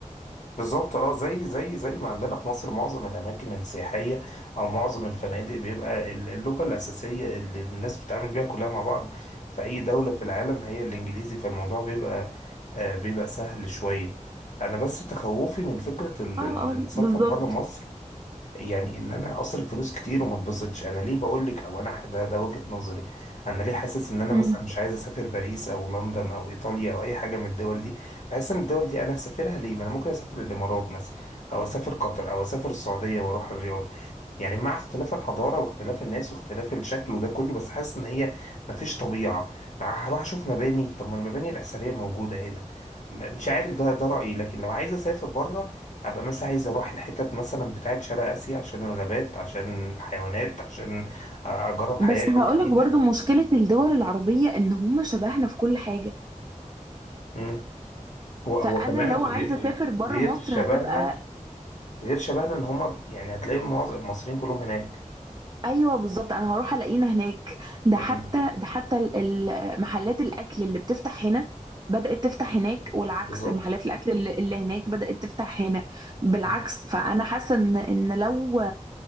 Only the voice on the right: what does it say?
اه
اه
بالظبط
مم.
بس هقولك
برضو مشكلة الدول العربية إن هم شبهنا في كل حاجة
فأنا
لو
عايزة أسافر برا
مصر
هتبقى
ايوه بالظبط انا هروح الاقينا هناك ده
حتى ده حتى ال- ال- محلات الاكل اللي بتفتح هنا بدأت تفتح هناك والعكس
المحلات الاكل اللي اللي هناك بدأت تفتح هنا بالعكس
فانا حاسه ان ان لو